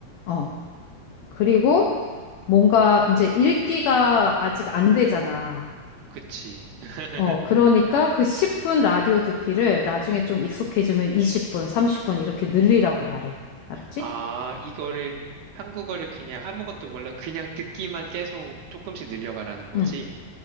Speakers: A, on the left; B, on the right.
A: 어. 그리고 뭔가 이제 읽기가 아직 안 되잖아.
B: 그치. <laughs>
A: 어, 그러니까 그 10분 라디오 듣기를 나중에 좀 익숙해지면 20분, 30분 이렇게 늘리라고 말해. 알았지?
B: 아, 이거를 한국어를 그냥 아무것도 몰라 그냥 듣기만 계속 조금씩 늘려가라는 거지?
A: 응.